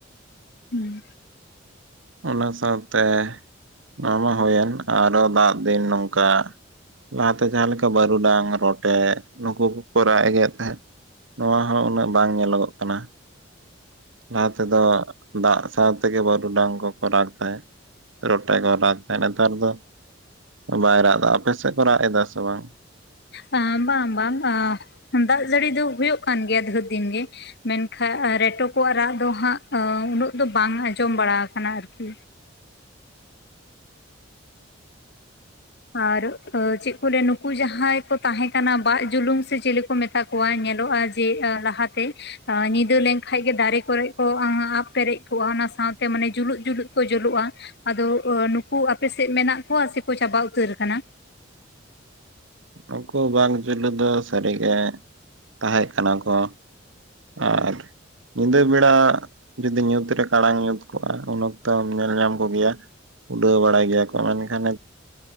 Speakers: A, on the left; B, on the right.
A: ᱦᱩᱸ,
B: ᱚᱱᱟ ᱥᱟᱶᱛᱮ ᱱᱚᱣᱟ ᱢᱟ ᱦᱳᱭᱮᱱ, ᱟᱨᱚ ᱫᱟᱜ ᱫᱤᱱ ᱱᱚᱝᱠᱟ ᱞᱟᱦᱟᱛᱮ ᱡᱟᱦᱟᱸ ᱞᱮᱠᱟ, ᱵᱟᱹᱨᱩᱰᱟᱝ ᱨᱚᱴᱮ ᱱᱩᱠᱩ ᱠᱚᱠᱚ ᱨᱟᱜ ᱮᱜᱮᱫ ᱛᱟᱦᱮᱸᱫ᱾ ᱱᱚᱣᱟ ᱦᱚᱸ ᱩᱱᱟᱹᱜ, ᱵᱟᱝ ᱧᱮᱞᱚᱜᱚᱜ ᱠᱟᱱᱟ᱾ ᱞᱟᱦᱟ ᱛᱮᱫᱚ, ᱫᱟᱜ ᱥᱟᱶᱛᱮᱜᱮ ᱵᱟᱹᱨᱩᱰᱟᱝ ᱠᱚ ᱠᱚ ᱨᱟᱜᱽ ᱛᱟᱦᱮᱫ, ᱨᱳᱴᱮ ᱠᱚ ᱨᱟᱜᱽ ᱛᱟᱦᱮᱫ, ᱱᱮᱛᱟᱨ ᱫᱚ ᱵᱟᱭ ᱨᱟᱜ ᱫᱟ, ᱟᱯᱮ ᱥᱮᱫ ᱠᱚ ᱨᱟᱜ ᱫᱟ, ᱥᱮ ᱵᱟᱝ?
A: ᱰᱟᱢ -ᱵᱟᱢ, -ᱵᱟᱢ -ᱰᱟᱢ, ᱫᱟᱜ ᱡᱟᱹᱲᱤ ᱫᱚ ᱦᱳᱭᱳᱜ ᱠᱟᱱ ᱜᱮᱭᱟ ᱫᱷᱮᱨ ᱫᱤᱱ ᱜᱮ᱾ ᱢᱮᱱᱠᱷᱟᱱ ᱨᱮᱴᱚ ᱠᱚᱣᱟᱜ ᱨᱟᱜ ᱫᱚ ᱦᱟᱸᱜ, ᱟᱹ ᱩᱱᱟᱹᱜ ᱫᱚ ᱵᱟᱝ ᱟᱸᱡᱚᱢ ᱵᱟᱲᱟ ᱠᱟᱱᱟ ᱟᱨᱠᱤ᱾ ᱟᱨ ᱪᱮᱫ ᱠᱚ ᱞᱟᱹᱭᱟ ᱱᱩᱠᱩ ᱡᱟᱦᱟᱸᱭ ᱠᱚ, ᱛᱟᱦᱮᱸ ᱠᱟᱱᱟ ᱵᱟᱜᱽ ᱡᱩᱞᱩᱝ ᱥᱮ ᱪᱤᱞᱤ ᱠᱚᱼᱼ ᱠᱚ ᱢᱮᱛᱟ ᱠᱚᱣᱟ, ᱧᱮᱞᱚᱜᱼᱟ ᱡᱮ ᱞᱟᱦᱟᱛᱮᱼᱼ ᱧᱤᱫᱟᱹ ᱞᱮᱱᱠᱷᱟᱡ ᱜᱮ ᱫᱟᱹᱨᱮ ᱠᱚᱨᱮ ᱠᱚ, ᱟᱵᱽ ᱯᱮᱨᱮᱡᱽ ᱠᱚᱜᱼᱟ, ᱚᱱᱟ ᱥᱟᱶᱛᱮ ᱢᱟᱱᱮ ᱡᱩᱞᱩᱜ ᱡᱩᱞᱩᱜ ᱠᱚ ᱡᱩᱞᱩᱜᱼᱟ ᱾ ᱟᱫᱚ ᱱᱩᱠᱩ ᱟᱯᱮᱥᱮᱫ ᱢᱮᱱᱟᱜ ᱠᱚᱣᱟ, ᱥᱮᱠᱚ ᱪᱟᱵᱟ ᱩᱛᱟᱹᱨ ᱠᱟᱱᱟ?
B: ᱱᱩᱠᱩ ᱵᱟᱜᱽ ᱡᱩᱞᱩᱝ ᱫᱚ, ᱥᱟᱹᱨᱤᱜᱮ ᱛᱟᱦᱮᱸ ᱠᱟᱱᱟ ᱠᱚᱼᱼ ᱟᱨᱼᱼ ᱧᱤᱫᱟᱹ ᱵᱮᱲᱟ ᱡᱩᱫᱤ ᱧᱩᱛᱨᱮ, ᱠᱟᱲᱟᱝ ᱧᱩᱛ ᱠᱚᱜᱼᱟ, ᱩᱱ ᱚᱠᱛᱚᱢ ᱧᱮᱞ ᱧᱟᱢ ᱠᱚᱜᱮᱭᱟ ᱾ ᱩᱰᱟᱹᱣ ᱵᱟᱲᱟᱭ ᱜᱮᱭᱟ ᱠᱚ, ᱢᱮᱱᱠᱷᱟᱱᱼᱼ